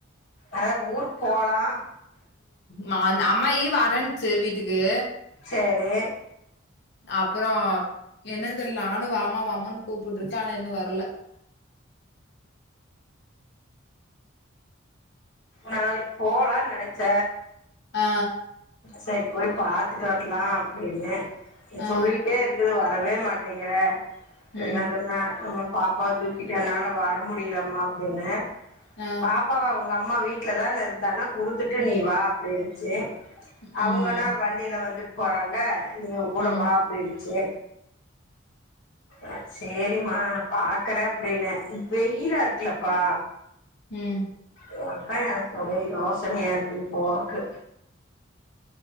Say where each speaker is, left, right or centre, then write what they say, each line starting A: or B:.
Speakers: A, on the left; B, on the left.
A: அதா ஊருக் போவலா
B: நாந் அம்மாயி வரன்ச்சு வீட்டுக்கு
A: சேரி
B: அப்பறோ என்னன் தெர்ல நானு வாம வாமான் கூப்புட்ருக்க ஆனா இன்னு வர்ல
A: நாளைக் போலான் நெனச்ச
B: அ
A: சேரி போய் பாத்துட்டு வர்லா அப்டின்னு நீ
B: ஆ
A: சொல்லிட்டே இரு குது வரவே மாட்டேங்கிற
B: ம்
A: என்னா பண்ண நம்ம பாப்பாவ தூக்கிட்டு என்னால வர முடிய்லம்மா அப்டின்ன
B: ஆ
A: பாப்பாவ உங்க அம்மா வீட் ட்ல தா இருந்தனா குடுத்துட்டு
B: ம்
A: நீ வா அப்டின்ச்சு
B: ம்
A: அவுங்கன்னா வண்டில வந்துட் போறாங்க நீங்க கூட
B: ம்
A: வா அப்டின்ச்சு அ சேரிம்மா பாக்குற அப்டின்ன வெய்யிலா இருக்குலப்பா
B: ம்
A: ஒ அதா எனக்கு ஒரே யோசனயா இருக்கு போவக்கு